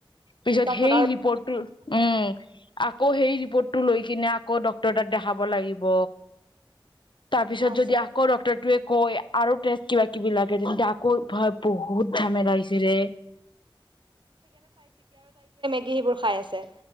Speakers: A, on the left; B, on the right.
A: পিছত
B: তাৰপাছত
A: সেই
B: আৰু
A: ৰিপৰ্টটো উম আকৌ সেই ৰিপৰ্টটো লৈ কিনে আকৌ ডক্টৰ ডক্টৰ তাত দেখাব লাগিব তাৰপিছত
B: আছে
A: যদি আকৌ ডক্টৰ সেইটোৱে কৈ আৰু টেষ্ট কিবা কিবি লাগে তেন্তে আকৌ ভাই বহুত জামেলা হৈছে ৰে
B: সি এইবোৰ খাই আছে